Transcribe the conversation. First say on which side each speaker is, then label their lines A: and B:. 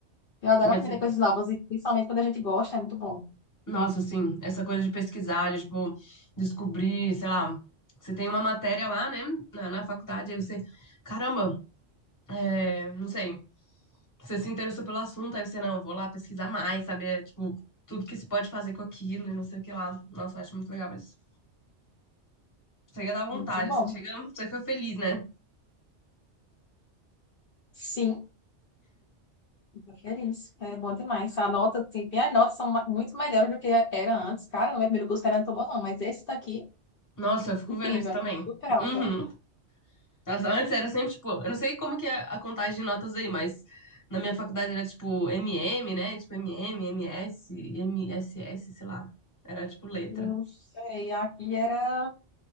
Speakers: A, on the left; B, on the left.
A: Eu adoro
B: Aí
A: aprender
B: você-
A: coisas novas e principalmente quando a gente gosta, é muito bom.
B: Nossa, assim, essa coisa de pesquisar, de, tipo, descobrir, sei lá, você tem uma matéria lá, né, na, na faculdade, aí você, caramba, é, não sei, você se interessou pelo assunto, aí você, não, vou lá pesquisar mais, saber, tipo, tudo que se pode fazer com aquilo e não sei o que lá. Nossa, eu acho muito legal isso. Chega da vontade,
A: Muito bom.
B: assim, chega, você fica feliz, né?
A: Sim. Tô feliz. É bom demais. A nota, tem, tem as notas são ma- muito melhores do que era antes. Cara, no meu primeiro curso não era tão bom, não, mas esse daqui,
B: Nossa, eu fico
A: incrível,
B: vendo isso também.
A: super alta.
B: Uhum. Nossa, antes era sempre, tipo, eu não sei como que é a contagem de notas aí, mas na minha faculdade era, tipo, MM, né? Tipo, MM, MS, MSS, sei lá. Era, tipo, letra.
A: Não sei, aqui era.